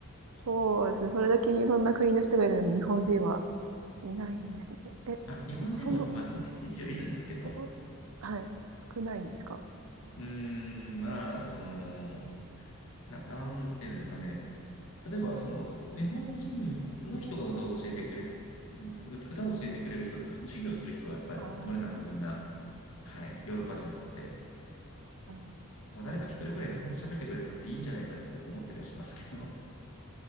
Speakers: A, on the right; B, on the left.
A: そうですね。それだけいろんな国の人がいるのに日本人はいないんですね。え、
B: あ、日本人もいますね。
A: その、
B: 一応いるんですけど、
A: すごはい、少ないんですか
B: うーん、まあ、その、な、なんていうんですかね。例えば、その、日本人の人が歌を教えてくれ、歌歌を教えてくれる人とか、その授業する人はやっぱり漏れなくみんな、
A: ああー、
B: はい、ヨーロッパ人なので、
A: なるほど。
B: まあ誰か一人くらい日本語喋ってくれたっていいんじゃないかって思ったりはしますけど。